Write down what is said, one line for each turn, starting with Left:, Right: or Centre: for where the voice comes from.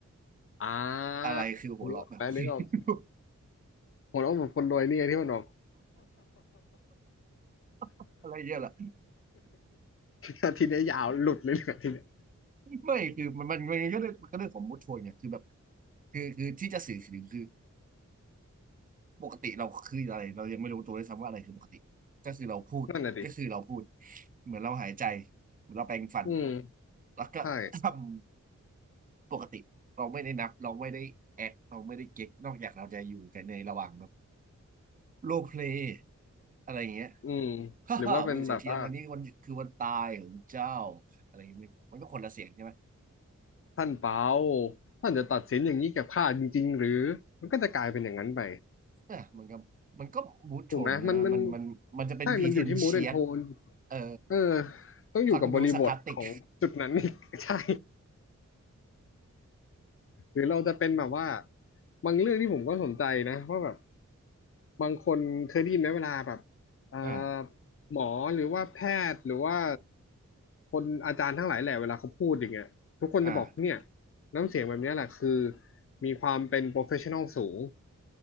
Left: อ่
Right: อะไรคือหัวเราะแบบคนรวย
Left: านึกออกไหมนึกออกหัวเราะแบบคนรวยเนี่ยที่มันออก <laughs>
Right: <laughs> อะไรเงี้ยเหรอ
Left: อาทีเนี้ยยาวหลุดเลยเนี่ยอาทีเนี้ย
Right: ไม่คือมันมันมันก็เรื่องมันก็เรื่องของมูดโชนเนี่ยคือแบบคือคือที่จะสื่อถึงคือปกติเราคืออะไรเรายังไม่รู้ตัวด้วยซ้ำว่าอะไรคือปกติก็คือเราพูดก็คือเราพูด
Left: นั่นน่ะดิ
Right: เหมือนเราหายใจเหมือนเราแปรงฟัน
Left: อืม
Right: แล้วก็ท
Left: ใช่
Right: ำปกติเราไม่ได้นับเราไม่ได้แอคเราไม่ได้เก๊กนอกจากเราจะอยู่กันในระหว่างแบบโรลเพลย์อะไรอย่างเงี้ย
Left: อืม
Right: <laughs> ฮ่าฮ่าเว้ยเสาเทียนวันนี้วันคือวันตายของเจ้า
Left: หรือว่าเป็นแบบว่า
Right: อะไรอย่างเงี้ยมันก็คนละเสียงใช่ไหม
Left: ท่านเปาท่านจะตัดสินอย่างนี้กับข้าจริงๆหรือ มันก็จะกลายเป็นอย่างนั้นไป
Right: อ่ะมันก็มันก็บูทโทนใช่ไหมมันมันมันจะเป็นพ
Left: ถูกไหมมันมัน ใช่มันอยู่ที่ม
Right: e ีเทนเชียต
Left: d ด r n t โทน
Right: เออ
Left: เออ ต้องอยู่กับบริบทของจุดนั้น
Right: ฟังดูสารคาสติก
Left: <laughs> อีก <laughs> ใช่ หรือเราจะเป็นแบบว่า บางเรื่องที่ผมก็สนใจนะว่าแบบ บางคนเคยได้ยินไหมเวลาแบบเอ่อ
Right: อ่า
Left: หมอหรือว่าแพทย์ หรือว่า คนอาจารย์ทั้งหลายแหละเวลาเขาพูดอย่างเงี้ยทุกคนจะบอกเนี่ย
Right: อ่า
Left: น้ำเสียงแบบเนี้ยแหละคือมีความเป็น professional สูง